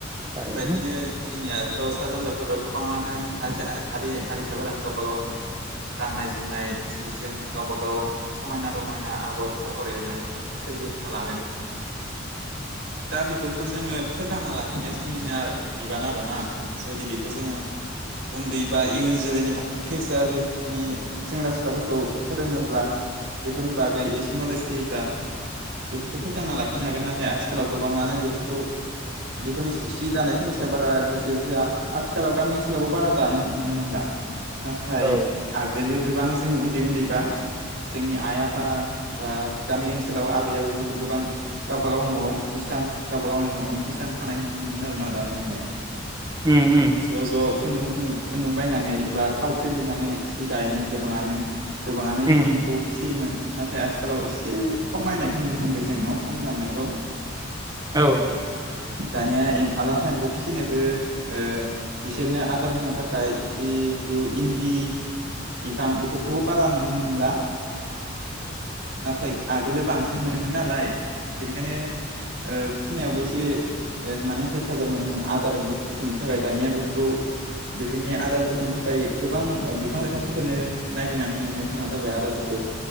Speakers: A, on the right (about 20°); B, on the right (about 75°).
A: थारैनो
B: बेबायदिनो जोंनिया सा सानजा भारताव गोबाङानो हारि हा हारिसाफोरानो गावबा गावनो गाननाय जोमनाय जि जोम गावबागाव समायना रमायना आगर सागर एरनानै सोरजिहोना लादों। दा बेफोरखौ जोङो फोथांना लाखिनाया जोंनिनो बिबान आरो ना जुदि बेखौ जोङो उन्दै बा इयुन जोलैनि फिउचारनि सेंग्रा सिख्लाफोरखौ फोरोङोब्ला बेफोरनि बागै एसे नलेज होयोब्ला बेफोरखौ फोथांना लाखिनो हागोन नाथाय आथिखालाव गोबाङानो बेफोरखौ बेफोरनि सि दानायफोरनि सायाव बारा गोसो होया आथिखालाव गामि ओनसोलावबो बारा दानो नुनो मोनला। नाथाय
A: औ
B: आगोलो गोबां जों उन्दै उन्दैबा जोंनि आइ आफा बा गामि ओनसोलाव आबै आबौमोनखौ गोबां गावबा गाव न'आव हिसान गावबा गावनि न'आवनो हिसान थानाय नुनो मोनोमोन आरो ना दानाय लुनाय।
A: उम उम
B: ज' ज' खुन्दुं खुन्दुं बायनानै बा थावख्रि लुनानै सि दायोमोन गोबाङानो गोबाङानो इन्दि
A: उम
B: एम्फौ फिसियोमोन नाथाय आथिखालाव एसे खमायनायखौ नुनो मोनबाय जों न खमायलांनाय
A: औ
B: दानिया ए लाथा एमफौ फिसिनोबो ओ बिसोरनो आदार होनो थाखाय जिथु इन्दि बिफां बेफोरखौबो बारा नुनो मोनला। नाथाय आगोल बांसिन मोनोमोन नालाय बेनिखायनो ओ फिसिनायावबो एसे माने हेफाजाब मोनोमोन आदार बुथुमनो थाखाय दानिया बेफोरखौ बेफोरनि आदार बुथुमनो थाखाय गोबां बिफां लाइफांफोरखौनो नागिरनानै मोननो थाङा जाबाय आदारफोरखौ